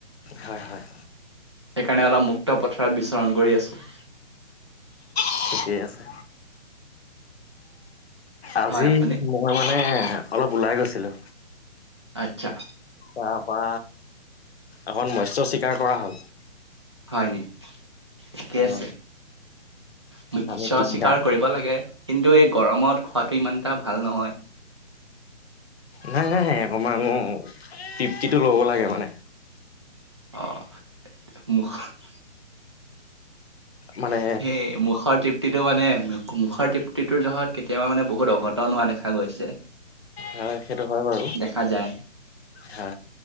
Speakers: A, on the left (about 60°); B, on the right (about 25°).
A: হয় হয়
B: সেইকাৰণে অলপ মুক্ত পথাৰত বিচৰণ কৰি আছোঁ
A: <unintelligible> ঠিকেই আছে আজি
B: হয় আপুনি
A: মই মানে অলপ ওলাই গৈছিলো
B: আচ্ছা
A: তাপা অকণ মস্য চিকাৰ কৰা হ'ল
B: হয় নি ঠিকে
A: অ'
B: আছে <unintelligible>
A: আমি তিনিটা
B: চিকাৰ কৰি <unintelligible> লাগে কিন্তু এই গৰমত খোৱাটো ইমান এটা ভাল নহয়
A: নাই নাই অকণমান তৃপ্তিটো ল'ব লাগে মানে
B: অঁ <unintelligible>
A: মানে
B: সেই মুখৰ তিপ <unintelligible> মানে মুখৰ তৃপ্তিটোৰ জহত কেতিয়াবা মানে বহুত অঘটন হোৱা দেখা গৈছে
A: হয় সেইটো হয় বাৰু
B: দেখা যায়
A: হয়।